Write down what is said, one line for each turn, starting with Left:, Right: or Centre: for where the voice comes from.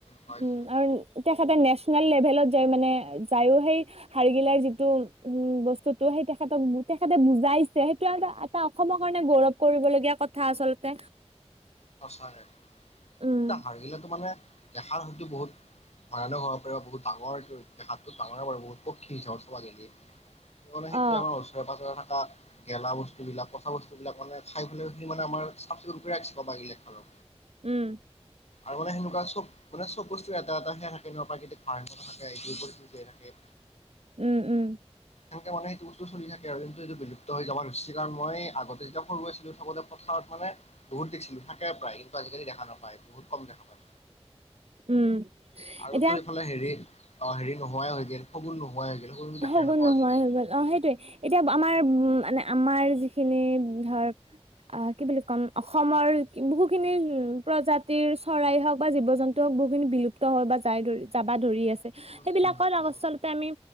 Left: পাইছো
Right: উম,
Left: পাইছো
Right: আৰু তেখেতে নেচনেল লেভেলত যাই মানে যায়ো, সেই হাৰ্গিলাৰ যিটো উম বস্তুতো সেই তেখেতক তেখেতে বুজাইছে। সেইটো <unintelligible> এটা অসমৰ কাৰণে গৌৰৱ কৰিবলগীয়া কথা আচলতে।
Left: সঁচাকে,
Right: উম
Left: এটা হাৰ্গিলাটো মানে দেখাৰ হয়তো বহুত ভয়ানক হ'ব পাৰে, বা বহুত ডাঙৰ দেখাত ডাঙৰ প বহুত পক্ষী <unintelligible> <unintelligible>
Right: অ
Left: আমাৰ ওচৰে-পাজৰে অহা। গেলা বস্তু বিলাক পচা বস্তু বিলাক মানে চাৰিওফালে সেই মানে আমাৰ চাফ চিকুণ ৰাখি <unintelligible> একফালৰ পৰা
Right: উম
Left: আগতে সেনেকুৱা চব মানে চব বস্তু এটা এটা সেয়া থাকে ন প্ৰাকৃতিক ভাৰসাম্য থাকে, ইটোৰ ওপৰত ইটো জীয়াই থাকে
Right: উম উম
Left: সেনেকে মানে সেইটো বস্তু চল থাকে আৰু কিন্তু এইটো বিলুপ্ত হৈ যাব খুইছে কাৰণ মই আগতে যেতিয়া সৰু আছিলো থাকোতে পথাৰত মানে বহুত দিখছিলো থাকে প্ৰায় কিন্তু আজিকালি দেখা নাপায় বহুত কম দেখা পায়
Right: উম
Left: আৰু
Right: এতিয়া
Left: তোৰ এইফালে হেৰি অ হেৰি নোৱাই হৈ গেল শগুণ নোহোৱাই গ'ল শগুনটো দেখাই
Right: শগুন
Left: নাপাওঁ
Right: নোহোৱাই
Left: আজিকালি
Right: হৈ গল অ সেইটোয়ে এতিয়া আমাৰ উম মানে আমাৰ যিখিনি ধৰ আ কি বুলি ক'ম অসমৰ বহুখিনি উ প্ৰজাতিৰ চৰাই হওক বা জীৱ জন্তু হওক বহুখিনি বিলুপ্ত হয় বা যাই যাবা ধৰি আছ ছে
Left: উম
Right: সেইবিলাকৰ
Left: উম
Right: আচলতে
Left: বহুত
Right: আমি